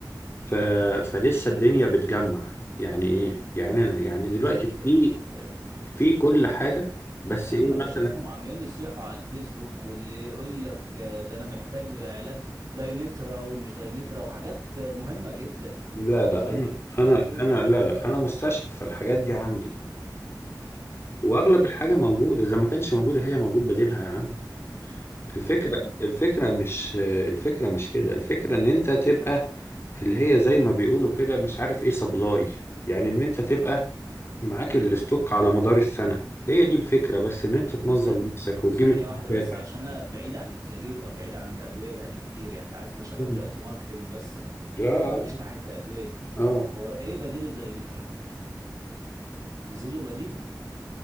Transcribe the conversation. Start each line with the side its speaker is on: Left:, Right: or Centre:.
Left: ف... فلسه الدنيا بتجمع يعني ايه يعني يعني دلوقتي
Right: أنا بتجمع
Left: في
Right: إزاي؟
Left: في كل حاجة بس
Right: يا عم
Left: ايه
Right: أنا
Left: مثلا
Right: بشوفهم عمالين يصيحوا على الفيسبوك واللي يقول لك آه، ده انا محتاج علاج داينترا ومش داينترا وحاجات آه، مهمة جدا
Left: لا لا
Right: ويقول
Left: انا
Right: لي مش
Left: انا
Right: موجودة
Left: انا لا لا انا مستشفى فالحاجات دي عندي واغلب الحاجة موجودة اذا ما كانش موجودة هي موجود بديلها يا عم الفكرة
Right: امم
Left: الفكرة مش الفكرة مش كده الفكرة ان انت تبقى اللي هي زي ما بيقولوا كده مش عارف ايه سبلاي يعني ان انت تبقى معاك الاستوك على مدار السنة هي دي الفكرة بس ان انت تنظم
Right: ثانية
Left: نفسك وتجيب
Right: ثانية
Left: استوكاتك
Right: واحدة بس عشان أنا بعيد عن الكارير بعيد عن الأدوية بقالي كتير يعني أنت عارف أنا شغال
Left: مم.
Right: دلوقتي ماركتينج بس وما
Left: اه
Right: باجيش
Left: اه
Right: ناحية الأدوية
Left: اه آه.
Right: هو إيه بديل الداينترا؟ نزل له بديل؟